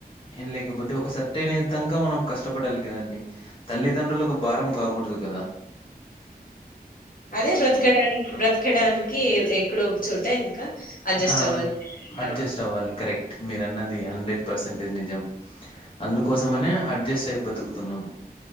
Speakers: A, on the left; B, on the left.
A: ఏం లేకపోతే ఒక సర్టెన్ ఏజ్ దంకా మనం కష్టపడాలి కదండి. తల్లిదండ్రులకు భారం కావు కూడదు గద
B: అదే బ్రతకడానికి బ్రతకడానికి ఎక్కడో ఒక చోట ఇంకా అడ్జస్ట్
A: ఆ
B: అవ్వాల్సిందే అంటారు.
A: అడ్జస్ట్ అవ్వాలి కరెక్ట్ మీరు అన్నది హండ్రెడ్ పర్సంటేజ్ నిజం అందుకోసమనే అడ్జస్ట్ అయి బతుకుతున్నాం.